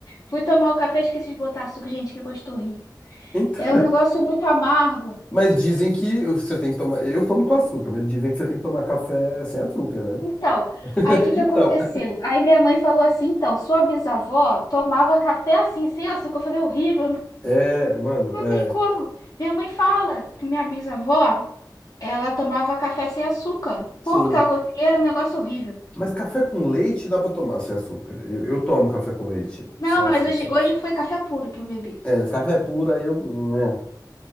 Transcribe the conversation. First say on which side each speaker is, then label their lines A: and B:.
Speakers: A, on the left; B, on the left.
A: Fui tomar o café, esqueci de botar açúcar, gente, que gosto horrível.
B: Então,
A: É um negócio muito amargo.
B: mas dizem que você tem que tomar. Eu tomo com açúcar, mas dizem que você tem que tomar café sem açúcar, né?
A: Então,
B: <laughs>
A: aí o que que
B: Então,
A: aconteceu? Aí minha mãe falou assim, então, sua bisavó tomava café assim, sem açúcar. Eu falei, horrível,
B: é, mano,
A: Não
B: é,
A: tem como. Minha mãe fala que minha bisavó, ela tomava café sem açúcar. Como
B: sim.
A: que ela conseguia? Era um negócio horrível.
B: Mas café com leite dá para tomar sem açúcar. Eu, eu tomo café com leite
A: Não,
B: sem açúcar.
A: mas hoje, hoje foi café puro que eu bebi.
B: É, café puro, aí eu, né,